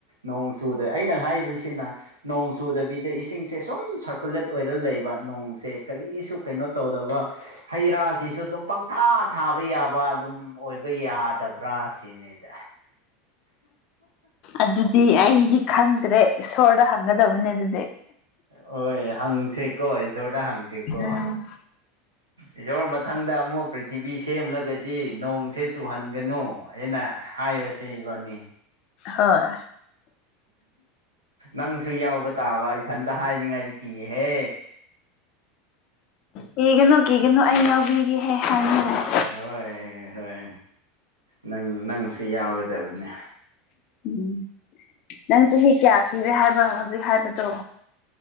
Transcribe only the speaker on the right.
ꯅꯣꯡ ꯆꯨꯗ ꯑꯩꯅ ꯍꯥꯏꯕꯁꯤꯅ ꯅꯣꯡ ꯆꯨꯗꯕꯤꯗ ꯏꯁꯤꯡꯁꯦ ꯁꯨꯝ ꯁ ꯀꯨꯂꯦꯠ ꯑꯣꯏꯔ ꯂꯩꯕ ꯅꯣꯡꯁꯦ ꯀꯔꯤꯁꯨ ꯀꯩꯅꯣ ꯇꯧꯗꯕ ꯍꯩ ꯔꯥꯁꯤꯁꯨ ꯑꯗꯨꯝ ꯄꯪꯊꯥ ꯊꯥꯕ ꯌꯥꯕ ꯑꯗꯨꯝ ꯑꯣꯏꯕ ꯌꯥꯗꯕ꯭ꯔꯥ ꯁꯤꯅꯤ <unintelligible>
ꯍꯣꯏ ꯍꯪ ꯁꯦꯀꯣꯁꯣꯔꯇ ꯍꯪ ꯁꯦꯀꯣ
ꯏꯁꯣꯔ ꯃꯊꯪꯗ ꯑꯃꯨꯛ ꯄꯔꯤ ꯇꯤꯚꯤ ꯁꯦꯝꯂꯒꯗꯤ ꯅꯣꯡꯁꯦ ꯆꯨꯍꯟꯒꯅꯨ ꯑꯩꯅ ꯍꯥꯏꯔꯁꯦ ꯏꯕꯥꯅꯤ
ꯅꯪꯁꯨ ꯌꯥꯎꯕ ꯇꯥꯕ ꯏꯊꯟꯇ ꯍꯥꯏꯅꯤꯡꯉꯥꯏꯗꯤ ꯀꯤꯌꯦꯦꯍꯦ
ꯍꯣꯏ ꯍꯣꯏ ꯅꯪ ꯅꯪꯁꯤ ꯌꯥꯎꯒꯗꯕꯅꯦ